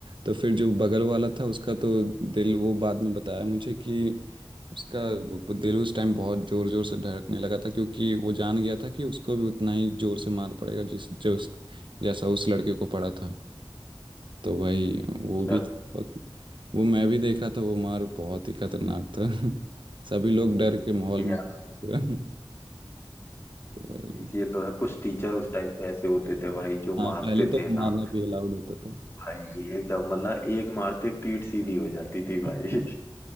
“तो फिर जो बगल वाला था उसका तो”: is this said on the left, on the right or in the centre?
Right